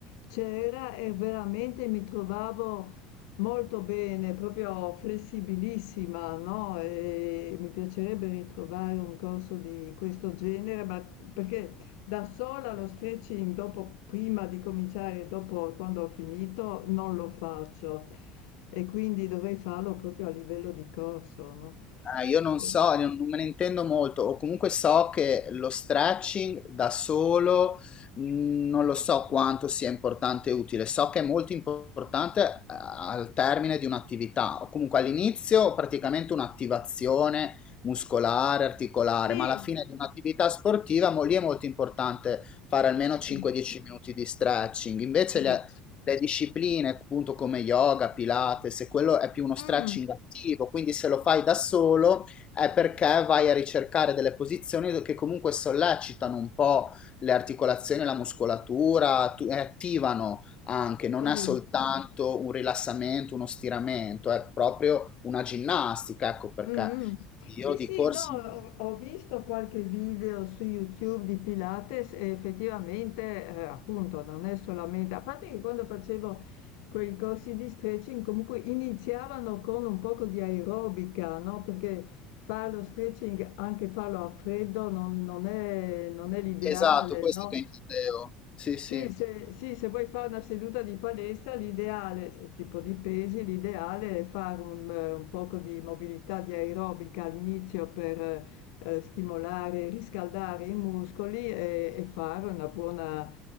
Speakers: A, on the left (about 80°); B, on the left (about 35°).
A: c'era e veramente mi trovavo molto bene, proprio flessibilissima, no? E mi piacerebbe ritrovare un corso di questo genere, ma perché da sola lo stretching dopo, prima di cominciare, dopo quando ho finito, non lo faccio e quindi dovrei farlo proprio a livello di corso, no?
B: Ah, io non
A: Sì.
B: so, non non me ne intendo molto, o comunque so che lo stretching da solo mh, non lo so quanto sia importante e utile, so che è molto importante eh, al termine di un'attività, o comunque all'inizio praticamente un'attivazione muscolare, articolare,
A: Sì,
B: ma alla fine di un'attività sportiva mo lì è molto importante fare almeno
A: sì,
B: 5-10 minuti di stretching, invece
A: sì.
B: le, le discipline, appunto come yoga, Pilates, e quello è più uno stretching
A: Mm,
B: attivo, quindi se lo fai da solo è perché vai a ricercare delle posizioni che comunque sollecitano un po' le articolazioni, la muscolatura, tu- e attivano anche,
A: sì.
B: non è soltanto un rilassamento, uno stiramento, è proprio una ginnastica, ecco perché
A: Mh-mh.
B: io
A: Sì,
B: di
A: sì,
B: corsi...
A: no, ho ho visto qualche video su YouTube di Pilates e effettivamente, ehm, appunto non è solamente a parte che quando facevo quei corsi di stretching comunque iniziavano con un poco di aerobica, no? Perché fare lo stretching, anche farlo a freddo, non, non è, non è l'ideale,
B: Esatto, questo
A: no?
B: che intendevo. Sì,
A: Sì
B: sì.
A: se, sì, se vuoi fare una seduta di palestra, l'ideale, se- tipo di pesi, l'ideale è fare un, eh, un poco di mobilità di aerobica all'inizio per eh, eh, stimolare e riscaldare i muscoli e, e fare una buona,